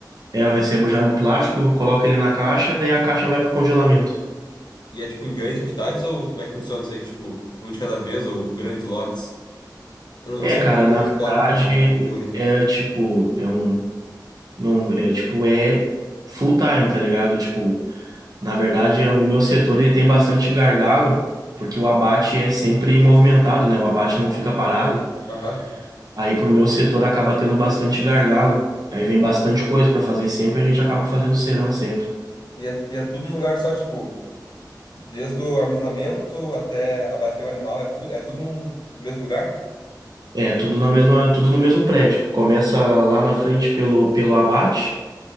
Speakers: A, on the right (about 55°); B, on the left (about 70°).
A: É, eu recebo já no plástico, eu coloco ele na caixa, daí a caixa vai pro congelamento.
B: E é, tipo, em grandes quantidades ou como é que funciona isso aí? Tipo, um de cada vez ou grandes lotes? Eu, não eu
A: É,
B: não sei
A: cara,
B: como funciona
A: na
B: um estoque
A: verdade
B: de, uma, de um frigorífico.
A: é tipo, é um não é tipo é full time, tá ligado? Tipo, na verdade é, o meu setor ele tem bastante gargalo, porque o abate é sempre movimentado, né? O abate não fica parado.
B: Aham.
A: Aí pro meu setor acaba tendo bastante gargalo. Aí vem bastante coisa pra fazer sempre, a gente acaba fazendo serão sempre.
B: E é, e é tudo num lugar só, tipo, desde o armazenamento até abater o animal, é tudo, é tudo num mesmo lugar?
A: É, tudo na mesma, tudo no mesmo prédio. Começa lá na frente pelo pelo abate.